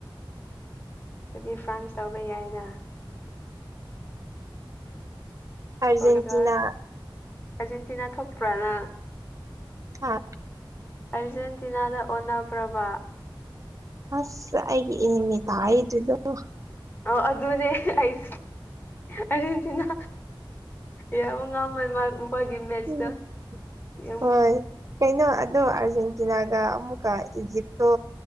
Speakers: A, on the left (about 25°); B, on the right (about 40°).
A: ꯍꯥꯏꯗꯤ ꯐ꯭ꯔꯥꯟꯁ ꯇꯧꯕ ꯌꯥꯏꯅ
B: ꯑꯥꯔꯖꯦꯟꯇꯤꯅꯥ
A: ꯄꯣꯔꯇꯨꯒꯜ ꯑꯔꯖꯦꯟꯇꯤꯅꯥ ꯊꯣꯛꯄ꯭ꯔꯥꯅ
B: ꯑ
A: ꯑꯔꯖꯦꯟꯇꯤꯅꯥꯗ ꯑꯣꯟꯅ ꯄ꯭ꯔꯕ
B: ꯑꯁ ꯑꯩꯒꯤ ꯏꯃꯤ ꯇꯥꯏꯗꯨꯗꯨꯣ
A: ꯑ ꯑꯗꯨꯅꯦꯁꯦ ꯑꯩ ꯑꯥꯔꯖꯦꯟꯇꯤꯅꯥ ꯌꯥꯝꯌꯥꯝ ꯉꯥꯃ ꯍꯣꯏꯗꯤ ꯃꯦꯠꯆꯇ
B: ꯎꯝ
A: ꯌꯦ
B: ꯍꯣꯏ ꯀꯩꯅꯣ ꯑꯗꯣ ꯑꯥꯔꯖꯦꯟꯇꯤꯅꯥꯒ ꯑꯃꯨꯛꯀ ꯏꯖꯤꯞꯇꯣ